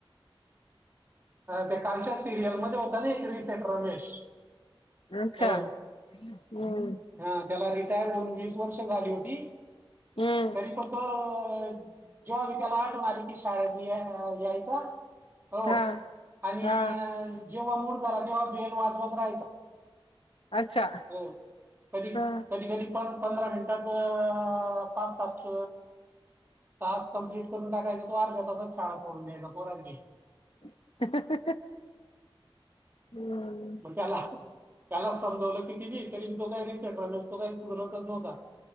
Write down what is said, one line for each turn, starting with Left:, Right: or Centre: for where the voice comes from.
Right: ते कालच्या सिरियल मध्ये होता ना एक रिसेट रमेश
Left: अच्छा
Right: हो
Left: हम्म.
Right: हा त्याला रिटायर होऊन वर्ष झाली होती.
Left: हम्म.
Right: तरी पण तो जेव्हा बी त्याला आठवण आली की शाळतनं यायचा हो
Left: हा
Right: आणि
Left: हा
Right: जेव्हा मूड झाला तेव्हा बेल वाजवत राहायचा.
Left: अच्छा
Right: हो कधी
Left: हा.
Right: कधी प पंधरा मिनटं टात पाच सात तास कम्प्लीट करून टाकायचा तो अर्ध्या तासात शाळा सोडून द्यायचा पोरांची.
Left: <inaudible> हम्म.
Right: मग त्याला त्याला समजवलं कीती बी तरी म तो काही रिसेटल म्हणजे तो काही सुधरतच नव्हता.